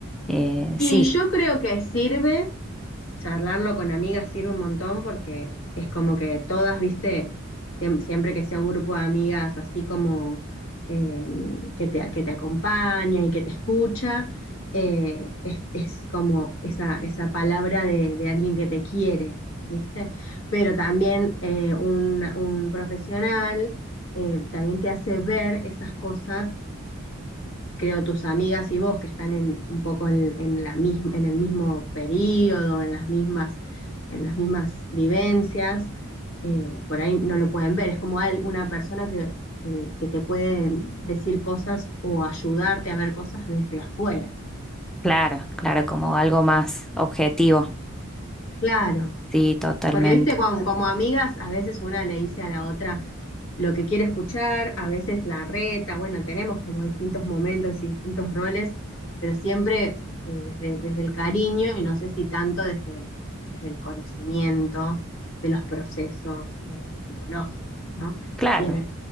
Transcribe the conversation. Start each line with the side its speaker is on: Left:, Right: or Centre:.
Centre: eh,
Left: Y
Centre: sí.
Left: yo creo que sirve, charlarlo con amigas sirve un montón porque es como que todas, viste, siem- siempre que sea un grupo de amigas así como eh, que te, que te acompaña y que te escucha, eh, es, es como esa, esa palabra de, de alguien que te quiere, viste. Pero también eh, un, un profesional eh, también te hace ver esas cosas creo tus amigas y vos que están en, un poco en, en la misma, en el mismo periodo, en las mismas, en las mismas vivencias, eh, por ahí no lo pueden ver, es como una persona que, que, que te puede decir cosas o ayudarte a ver cosas desde afuera.
Centre: Claro, claro, como algo más objetivo.
Left: Claro.
Centre: Sí, totalmente.
Left: Porque, viste, como como, amigas, a veces una le dice a la otra lo que quiere escuchar, a veces la reta, bueno, tenemos como distintos momentos y distintos roles, pero siempre eh, desde, desde el cariño y no sé si tanto desde el, desde el conocimiento de los procesos eh, psicológicos, ¿no?
Centre: Claro,
Left: Si en el,